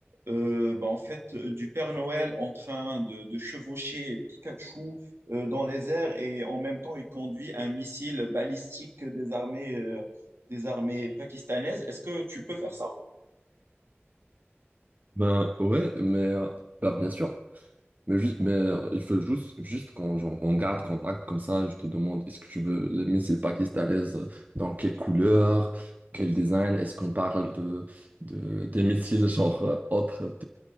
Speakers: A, on the right; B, on the right.
A: euh, bah, en fait, euh, du Père Noël en train de, de chevaucher Pikachu euh, dans les airs et en même temps, il conduit un missile balistique des armées, euh, des armées pakistanaises, est-ce que tu peux faire ça?
B: Ben ouais, mais euh, bah, bien sûr. Mais, juste, mais euh, il faut juste, juste qu'on genre, on garde contact comme ça. Je te demande, est-ce que tu veux les missiles pakistanaises euh, dans quelle couleur, quel design? Est-ce qu'on parle de, de, des missiles genre euh, autres